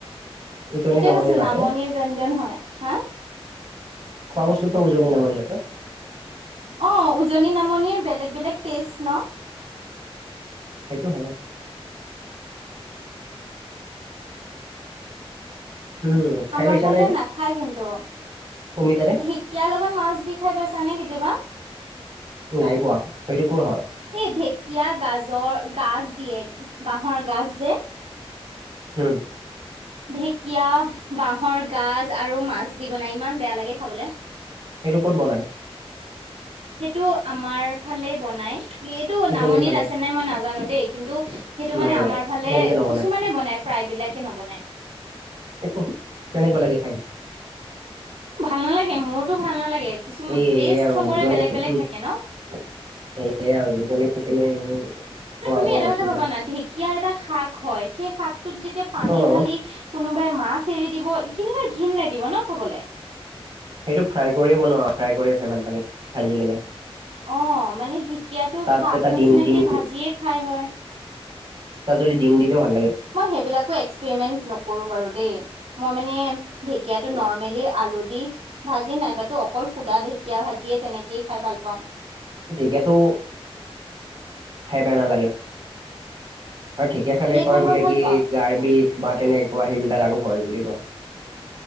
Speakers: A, on the right; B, on the right.
A: উজনি
B: সেইটয়ে
A: নামনি
B: কৈছে
A: ৰাখে
B: নামনিৰ ব্যঞ্জন হয়। হা,
A: খোৱা বস্তুটো ওজনি নামনি থাকে।
B: অ, উজনি নামনিৰ বেলেগ বেলেগ টেষ্ট ন।
A: সেইটো হয়। উম খাই
B: আমাৰ
A: পাইছা
B: ফালে
A: নে এনে
B: না খায় কিন্তু। ঢেকীয়াৰ
A: অমিতাৰে
B: লগত মাছ দি খাই পাইছা নে কেতিয়াবা?
A: নাই পোৱা। সেইটো কৰ হয়?
B: এই ঢেকীয়া গাজৰ গাজ দিয়ে বাঁহৰ গাজ যে,
A: হম।
B: ঢেকীয়া বাহৰ গাজ আৰু মাছ দি বনাই ইমান বেয়া লাগে খাবলে।
A: সেইটো ক'ত বনাই?
B: সেইটো আমাৰ ফালে বনাই। এইটো
A: উজনিৰ
B: নামনিত
A: ফালে
B: আছে নাই মই নাজানো দেই কিন্তু, সেইটো মানে
A: নাই
B: আমাৰ
A: নাই
B: ফালে
A: তেনেকে নবনাই
B: কিছুমানে বনাই প্ৰায়বিলাক নবনায়।
A: একো কেনেকুৱা লাগে খাই?
B: ভাল নালাগে মোৰতো ভাল নালাগে। কিছু
A: স
B: টেষ্ট
A: আৰু
B: চবৰে
A: উজনে
B: বেলেগ
A: স
B: বেলেগ থাকে ন
A: আৰু উজনে পিনে
B: ন
A: খোৱা
B: তুমি
A: বোৱা
B: এটা
A: বস্তুবিলাক
B: কথা ভাবা না ঢেকীয়া এটা শাক হয়। সেই শাকটোত যেতিয়া পানী
A: অ
B: ঢালি কোনো কোনোবাই মাছ এৰি দিব কেনেকুৱা ঘৃণ লাগিব ন খাবলৈ।
A: সেইটো ফ্ৰাই কৰিয়ে বনোৱা ফ্ৰাই কৰিয় সেই ভাল লাগে ভাজিয়ে কিনে।
B: অ, মানে ঢেকীয়াটো
A: তাত
B: শাক
A: এটা
B: নিচিনাকে
A: ডিম ডিম
B: ভাজিয়ে খাই হয়।
A: তাত যদি দিম দিলে ভাল। লাগে
B: মই সেই বিলাকো এক্সপ্ৰেমন্ত নকৰোঁ বাৰু দেই মই মানে ধেকিয়া নৰ্মেলি আ ভাজি নাইবাতো অকল সুধা ঢেকীয়া ভাজিয়ে তেনেকেই খাই ভাল পাওঁ।
A: ঢেকিয়াটো খাই বেয়া নালাগে। আৰু ঢেকীয়া খালে কয়
B: খাই
A: বোলে,
B: মই ভাল
A: কি
B: পাওঁ
A: গাৰ বিষ বা তেনেকুৱা সেইবিলাক আৰু হয় বুলি কয়।